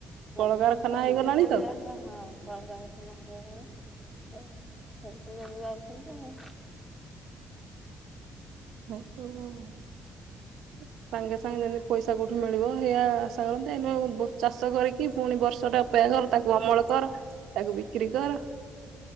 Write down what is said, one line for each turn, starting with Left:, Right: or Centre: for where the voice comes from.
Centre: ବାବୁ
Right: କଳକାରଖାନା
Centre: କମ୍ପାନୀରିଆ
Right: ହେଇଗଲାଣି ତ।
Centre: ହଁ କଳକାରଖାନା ହେଇଗଲାଣି। ତ ସେଇଠି ଯବି ଯାଉଛନ୍ତି ଆଉ ।
Right: ସାଙ୍ଗେ ସାଙ୍ଗେ ଯେମିତି ପଇସା କୋଉଠୁ ମିଳିବ ସେଇଆ ଆଶା କରନ୍ତି ଏ ନ ଚାଷ କରିକି ପୁଣି ବର୍ଷଟେ ଅପେକ୍ଷା ଘର ତାକୁ ଅମଳ କର । ତାକୁ ବିକ୍ରି କର ।